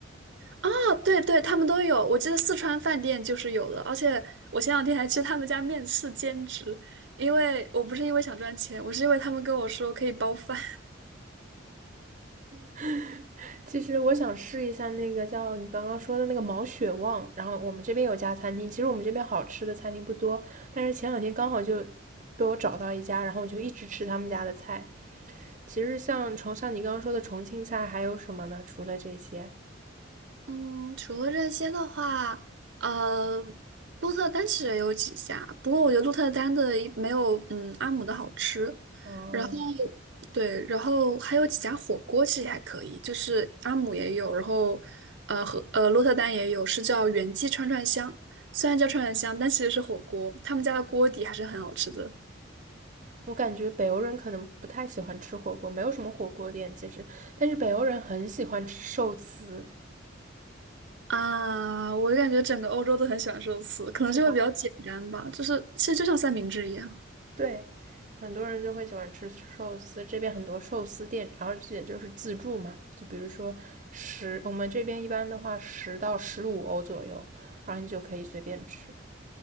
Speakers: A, on the right (about 65°); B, on the right (about 40°).
A: 啊，对对，他们都有，我记得四川饭店就是有的，而且我前两天还去他们家面试兼职，因为我不是因为想赚钱，我是因为他们跟我说可以包饭。
B: <laughs> 其实我想试一下那个叫你刚刚说的那个毛血旺，然后我们这边有家餐厅，其实我们这边好吃的餐厅不多，但是前两天刚好就被我找到一家，然后我就一直吃他们家的菜。其实像重像你刚刚说的重庆菜还有什么呢？除了这些，
A: 嗯，除了这些的话，呃，鹿特丹其实也有几家，不过我觉得鹿特丹的一没有嗯阿姆的好吃。
B: 嗯，
A: 然后对，然后还有几家火锅其实还可以，就是阿姆也有，然后呃和呃鹿特丹也有，是叫元记串串香，虽然叫串串香，但其实是火锅，他们家的锅底还是很好吃的。
B: 我感觉北欧人可能不太喜欢吃火锅，没有什么火锅店其实，但是北欧人很喜欢吃寿司，
A: 啊，我感觉整个欧洲都很喜欢寿司，可能是因为比较简单吧，
B: 是吧？
A: 就是其实就像三明治一样。
B: 对，很多人就会喜欢吃寿司，这边很多寿司店，然后这也就是自助嘛，就比如说十，我们这边一般的话十到十五欧左右，然后你就可以随便吃。